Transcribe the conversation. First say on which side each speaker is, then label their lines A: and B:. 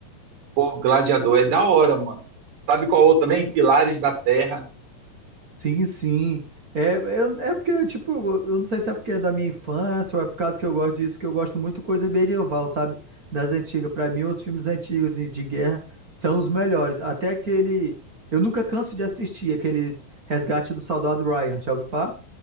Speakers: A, on the right; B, on the right.
A: Pô, Gladiador é da hora, mano. Sabe qual outro também?
B: Pois
A: Pilares
B: é.
A: da Terra.
B: Sim, sim. É, eu, é porque, tipo, eu eu não sei se é porque é da minha infância ou é por causa que eu gosto disso, que eu gosto muito coisa medieval, sabe? Das antigas. Pra mim, os filmes antigos assim, de guerra são os melhores. Até aquele. Eu nunca canso de assistir aqueles Resgate do Soldado Ryan. Já ouviu falar?